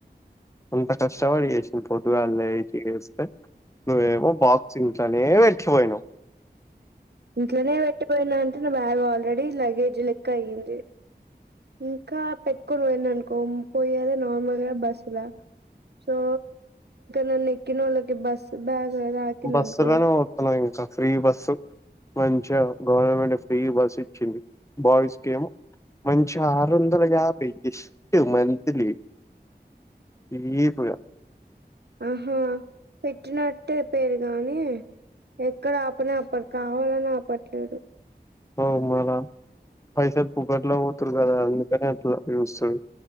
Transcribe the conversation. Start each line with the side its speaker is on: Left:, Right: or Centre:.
Left: అంత కష్టపడి చేసింది పొదుగాళ్ లేసి ఏస్తే నువ్వేమో బాక్స్ ఇంట్లనే వెటి పోయినవ్
Right: ఇంట్లోనే పెట్టిపోయినా అంటే నా బ్యాగ్ ఆల్రెడీ లగేజ్ లెక్కయింది ఇంకా పెట్టుకొని ఓయిననుకో ముప్పై వేల నార్మల్ గా బస్ ల సొ నన్ ఎక్కినోలకి బస్ బ్యాగ్ లాకిందనుకో
Left: బస్సులోనే పోతున్నవ్ ఇంకా ఫ్రీ బస్సు మంచిగా గవర్నమెంట్ ఫ్రీ బస్ ఇచ్చింది బాయ్స్ గేమ్ మంచి ఆరు వందల యాభై జస్ట్ మంత్లీ చీప్ గా
Right: ఆహా పెట్టినట్టే పేరు గాని ఎక్కడ ఆపని అపడు కావాలని ఆపట్లేదు
Left: అవ్ మళ పైసలు పుగట్లో పోతురు కదా అందుకని అట్లా చూస్తరు